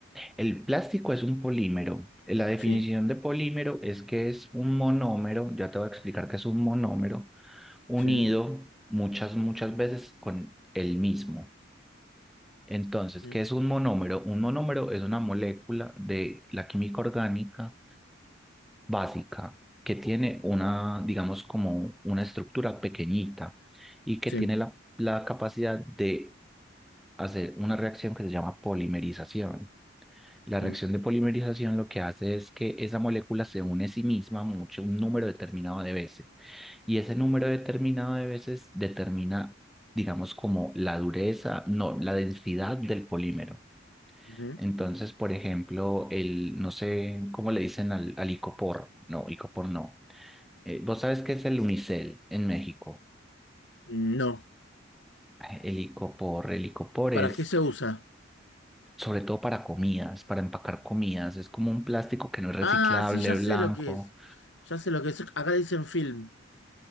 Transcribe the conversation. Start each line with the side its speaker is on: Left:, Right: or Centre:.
Centre: el plástico es un polímero. La definición
Left: Sí,
Centre: de polímero es que es un monómero, ya te voy a explicar que es un monómero, unido
Left: sí,
Centre: muchas, muchas veces con el mismo. Entonces,
Left: mm,
Centre: ¿qué es un monómero? Un monómero es una molécula de la química orgánica básica que tiene una, digamos, como una estructura pequeñita y que
Left: sí.
Centre: tiene la, la capacidad de hacer una reacción que se llama polimerización. La
Left: mm,
Centre: reacción de polimerización lo que hace es que esa molécula se une a sí misma mucho, un número determinado de veces. Y ese número determinado de veces determina, digamos, como la dureza, no, la densidad del polímero.
Left: ujú.
Centre: Entonces, por ejemplo, el, no sé cómo le dicen al, al icopor. No, icopor no. Eh, ¿vos sabes qué es el unicel en México?
Left: No.
Centre: Ah, El icopor, el icopor
Left: ¿Para
Centre: es
Left: qué se usa?
Centre: sobre todo para comidas, para empacar comidas. Es como un plástico que no es reciclable,
Left: Ah, sí, ya sé
Centre: blanco.
Left: lo que es. Ya sé lo que es. Acá dicen film,